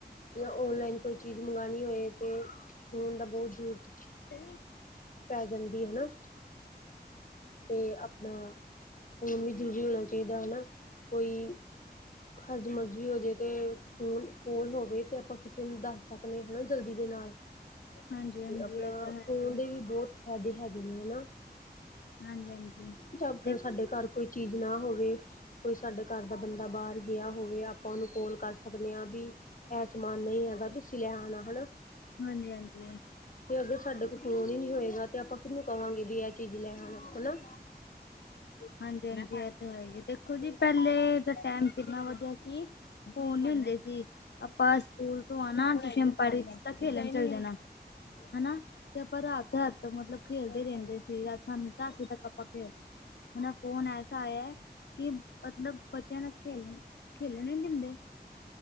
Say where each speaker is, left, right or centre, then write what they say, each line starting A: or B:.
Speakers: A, on the left; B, on the left.
A: ਯਾ ਓਨਲਾਈਨ ਕੋਈ ਚੀਜ ਮੰਗਾਣੀ ਹੋਏ ਤੇ ਫੋਨ ਦਾ ਬੋਤ ਜਰੂਰਤ
B: <inaudible>
A: ਪੈ ਜਾਂਦੀ, ਹੈਨਾ। ਤੇ ਆਪਨਾ ਫੋਨ ਵੀ ਜ਼ਰੂਰੀ ਹੋਨਾ ਚਾਈਦਾ ਹੈਨਾ, ਕੋਈ ਹਰਜ-ਮਰਜ ਹੋ ਜੇ ਤੇ ਫੋਨ ਕੋਲ ਹੋਵੇ ਤੇ ਆਪਾਂ ਕਿਸੇ ਨੂੰ ਦੱਸ ਸਕਨੇ ਹਨਾ ਜਲਦੀ ਦੇ ਨਾਲ।
B: ਹਾਂਜੀ ਹਾਂਜੀ
A: ਤੇ ਆਪਣਾ
B: ਇਹ ਤਾਂ ਹੈ
A: ਫੋਨ
B: ਹੀ ਹੈ
A: ਦੇ ਵੀ ਬੌਤ ਫੈਦੇ ਹੈਗੇ ਨੇ, ਹੈਨਾ।
B: ਹਾਂਜੀ- ਹਾਂਜੀ
A: ਚਬ,
B: ਤੇ
A: ਸਾਡੇ ਘਰ ਕੋਈ ਚੀਜ਼ ਨਾ ਹੋਵੇ ਕੋਈ ਸਾਡੇ ਘਰ ਦਾ ਬੰਦਾ ਬਾਹਰ ਗਿਆ ਹੋਵੇ, ਆਪਾਂ ਉਹਨੂੰ ਕੋਲ ਕਰ ਸਕਦੇ ਆਂ ਵੀ ਐਹ ਸਮਾਨ ਨਹੀਂ ਹੈਗਾ, ਤੁਸੀਂ ਲੈ ਆਉਣਾ ਹਨਾ
B: ਹਾਂਜੀ-ਹਾਂਜੀ -ਹਾਂਜੀ
A: ਤੇ ਅਗਰ ਸਾਡੇ ਕੋਲ ਫੋਨ ਹੀ ਨਹੀਂ ਹੋਏਗਾ, ਤੇ ਆਪਾਂ ਕਿਹਨੂੰ ਕਹਾਂਗੇ ਵੀ ਐਹ ਚੀਜ਼ ਲੈ ਆਣਾ, ਹਨਾ।
B: ਹਾਂਜੀ-ਹਾਂਜੀ ਐਹ ਤਾਂ ਹੈ ਹੀ, ਦੇਖੋ ਜੀ ਪਹਿਲੇ ਦਾ ਟੈਮ ਕਿੰਨਾ ਵਧਿਆ ਸੀ। ਫੋਨ ਨੀ ਹੁੰਦੇ ਸੀ, ਆਪਾਂ ਸਕੂਲ ਤੋਂ ਆਣਾ ਟਿਊਸ਼ਨ ਪੜ੍ਹ, ਸਿੱਧਾ ਖੇਲਣ ਚੱਲ ਜਾਣਾ। ਹਨਾ, ਤੇ ਆਪਾਂ ਰਾਤ- ਰਾਤ ਤੱਕ ਮਤਲਬ ਖੇਲਦੇ ਰਹਿੰਦੇ ਸੀ, ਸਾਨੂੰ ਦਸ ਵਜੇ ਤੱਕ ਆਪਾਂ ਖੇਲ ਹੁਣ ਏ ਫੋਨ ਐਸਾ ਆਇਆ, ਕਿ ਮਤਲਬ ਬੱਚਿਆਂ ਨਾ ਖੇਲਣ, ਖੇਡਣ ਨਈ ਦਿੰਦੇ